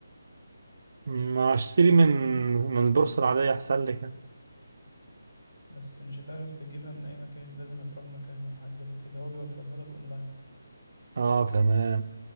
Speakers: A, on the right (about 50°); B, on the left (about 75°).
A: ما أشتري من من البورصة العادية أحسن لك
B: بس مش هتعرف تجيبها من أي مكان لازم هتروح مكان محدد وكده هو بيوفرها لك أونلاين
A: آه تمام